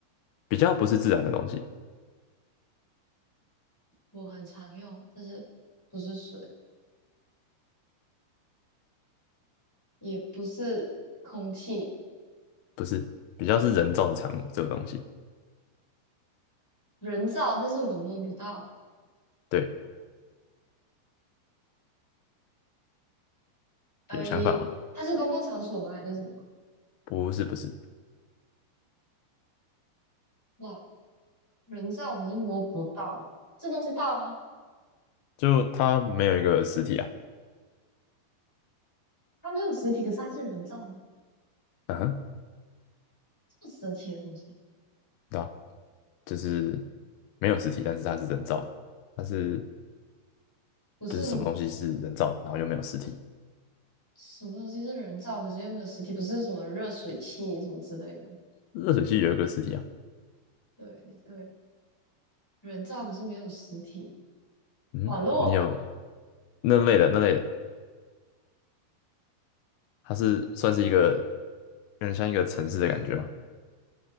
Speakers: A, on the left; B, in the centre.
A: 比较不是自然的东西，
B: 我很常用，但是不是水，也不是空气，
A: 不是，比较是人造的产物。这个东西，
B: 人造，但是我摸不到。
A: 对，
B: 哎，
A: 有想法吗？
B: 它是公共场所吗？还是什么？
A: 不是，不是，
B: 哇，人造可是摸不到，这东西大吗？
A: 就它没有一个实体啊。
B: 它没有实体，可是它是人造的，
A: 嗯哼，
B: 这么神奇的东西。
A: 对啊，就是没有实体，但是它是人造的，它是
B: 不是
A: 就是什么东西是人造的，然后又没有实体。
B: 什么东西是人造，可是又没有实体？不是什么热水器什么之类的。
A: 热水器有一个实体啊。
B: 对对，人造可是没有实体。
A: 嗯，
B: 网络，
A: 你有那类的那类的，它是算是一个有点像一个城市的感觉嘛，